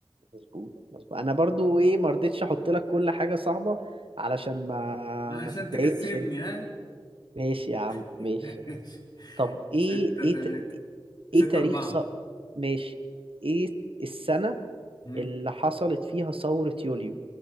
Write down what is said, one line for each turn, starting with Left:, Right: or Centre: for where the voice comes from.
Right: مظبوط مظبوط انا برضو ايه ما رضيتش احط لك كل حاجة صعبة علشان ما
Left: عشان
Right: ما تتضايقش
Left: تكسبني
Right: انت
Left: ها
Right: ماشي يا عم
Left: <laughs>
Right: ماشي
Left: ماشي.
Right: طب
Left: ستة
Right: ايه ايه
Left: تلاتة
Right: ت-
Left: ستة
Right: ايه تاريخ
Left: أربعة
Right: ص... ماشي ايه السنة
Left: أمم.
Right: اللي حصلت فيها ثورة يوليو